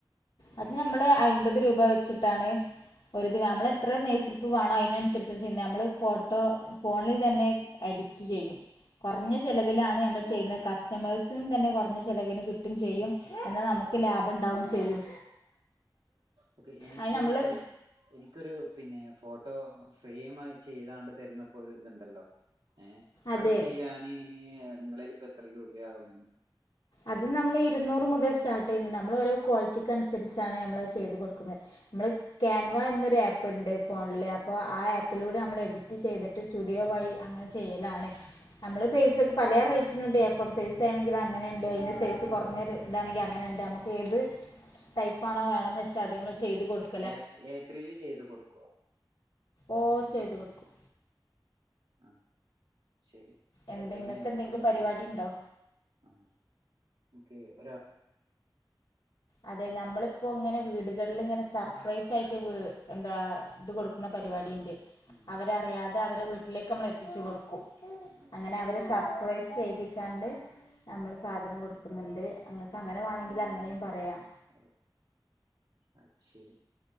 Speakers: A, on the left (about 75°); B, on the right (about 85°).
A: അത് നമ്മള് അയ്മ്പത് രൂപ വെച്ച്ട്ടാണ്. ഒരു ദിവ നമ്മള് എത്ര നയ്സ്ലിപ്പ് വാണോ അയ്നൻസരിച്ച് ചെയ്യുന്നേ നമ്മള് ഫോട്ടോ ഫോണിൽ തന്നെ എഡിക്റ്റ് ചെയ്യും. കൊർഞ്ഞ ചെലവിലാണ് നമ്മൾ ചെയ്യുന്നത്. കസ്റ്റമേഴ്സ്നും തന്നെ കൊർഞ്ഞ ചെലവിന് കിട്ടും ചെയ്യും. എന്നാ നമുക്ക് നമുക്ക് ലാഭം ഉണ്ടാവും ചെയ്യും.
B: ഓക്കെ എനിക്ക്
A: അത് നമ്മള്
B: ഒരു എനിക്കൊരു പിന്നെ ഫോട്ടോ ഫ്രെയിം ആയി ചെയ്താണ്ട് തരുന്നപ്പ ഒരു തുണ്ടല്ലോ ഏ
A: അതെ
B: അത് ചെയ്യാന് നിങ്ങളേല് ഇപ്പ എത്ര രൂപയാവും.
A: അത് നമ്മൾ ഇരുന്നുറ് മുതൽ സ്റ്റാർട്ടെയ്യുന്നുണ്ട് നമ്മള് ഓരോ ക്വാളിറ്റിക്ക് അനുസരിച്ചാണ് നമ്മത് ചെയ്ത് കൊട്ക നമ്മള് ക്യാൻവ എന്നൊരു ആപ്പ് ഉണ്ട് ഫോണില് അപ്പോ ആ ആപ്പിലൂടെ നമ്മൾ എഡിറ്റ് ചെയ്തിട്ട് സ്റ്റുഡിയോ വഴി അങ്ങനെ ചെയ്യലാണ് നമ്മള് പൈസക് പലേ റേറ്റിനുണ്ട് എഫോർ സൈസ് ചെയ്യണെങ്കില് അങ്ങനെണ്ട് അതിന്റെ സൈസ് കൊർഞ്ഞൊര് താണെങ്കി അങ്ങനെണ്ട് അമ്മക്ക് ഏത് ടൈപ്പാണോ വേണംന്ന് വെച്ചാൽ അത് ഞ്ഞമ്മൾ ചെയ്ത് കൊടുക്കും.
B: ഏ ഏത്രീയില് ചെയ്ത് കൊടുക്കുവോ.
A: ഓ ചെയ്തു കൊടുക്കും
B: ആ ശരി
A: എന്ത്
B: ഏതായാലും
A: നിങ്ങൾക്ക്
B: എനിക്കൊന്ന്
A: എന്തെങ്കിലും പരിപാടി
B: ചെയ്യണം.
A: ഉണ്ടോ
B: ആ ഇൻക് ഒരാൾ
A: അതെ ഞമ്മളിപ്പോ ഇങ്ങനെ വീടുകൾല് ഇങ്ങനെ സർപ്രൈസ് ആയിറ്റ് വ് എന്താ ഇത് കൊടുക്കുന്ന പരിവാടി ഇന്റെ
B: ഉം
A: അവരറിയാതെ അവരെ വീട്ടിലേക്ക് നമ്മള് എത്തിച്ച് കൊടുക്കും
B: അത്
A: അങ്ങനെ
B: ശരി
A: അവര് സർപ്രൈസ് ചെയ് പ്പിച്ചാണ്ട് നമ്മള് സാധനം കൊടുക്കുന്നുണ്ട് അങ്ങക്ക് അങ്ങനെ വാണങ്കില് അങ്ങനെയും പറയാം
B: അത് അത് ശരി